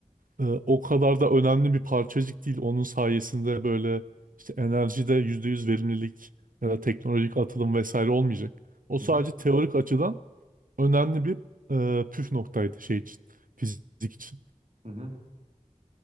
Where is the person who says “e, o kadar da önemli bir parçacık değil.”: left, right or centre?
Right